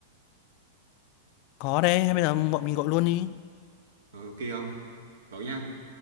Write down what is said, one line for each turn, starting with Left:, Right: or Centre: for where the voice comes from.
Left: có đấy hay bây giờ bọn mình gọi luôn đi
Right: Ờ, ok không? Gọi nha.